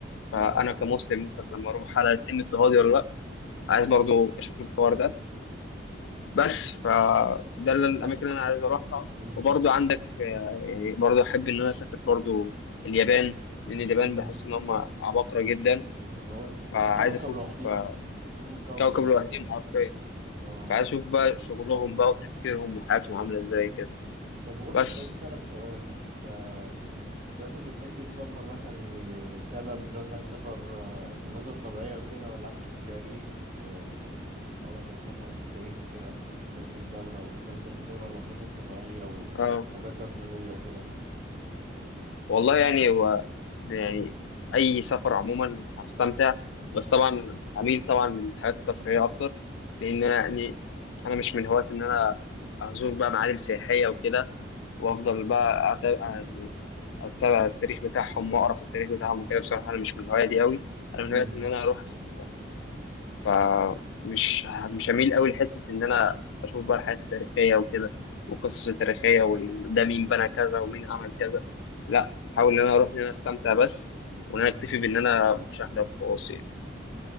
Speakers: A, on the left; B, on the right.
A: فانا
B: اه
A: كمسلم
B: ب-
A: مثلا لما اروح على يتم اضطهادي ولا لا عايز برضه اشوف الحوار ده بس فده الاماكن
B: لا
A: اللي انا عايز اروحها
B: مم.
A: وبرضو عندك آه، يعني برضو احب ان انا اسافر برضو اليابان لان اليابان
B: مم.
A: بحس ان هم عباقرة جدا
B: هو
A: فعايز
B: كوكب
A: اشوف
B: لوحديهم
A: آه،
B: اسمهم كوكب
A: كوكب
B: لوحديهم
A: لوحدهم
B: اه
A: حرفيا
B: آه.
A: فعايز اشوف بقى شغلهم بقى وتفكيرهم وحياتهم عاملة ازاي كده
B: طب برضه
A: بس
B: كنت عايز أسألك سؤال انت انت مثلا بتحب تسافر مثلا لسبب لو انت عايز تسافر آه، مناظر طبيعية وكده ولا عايز تشوف تاريخ آه، لو مثلا سفر للتاريخ وكده تشوف تاريخ الدولة او مهتم بتاريخ الدولة ولا مناظر طبيعية وحاجات
A: اه
B: ترفيهية وكده
A: والله يعني هو ده يعني اي سفر عموما هستمتع بس طبعا هميل طبعا للحاجات الترفيهية اكتر لان انا يعني انا مش من هواة ان انا ازور بقى معالم سياحية وكده وافضل بقى أتابع يعني اتابع التاريخ بتاعهم واقرا في التاريخ بتاعهم وكده بصراحه انا مش من الهوايه دي قوي انا من
B: امم
A: هوايه ان انا اروح استمتع فمش ه- مش هميل قوي لحته ان انا اشوف بقى الحاجات التاريخيه وكده والقصص التاريخيه وده مين بنى كذا ومين عمل كذا لا احاول ان انا اروح ان انا استمتع بس وان انا
B: أمم.
A: اكتفي بان انا مشاهده وخلاص يعني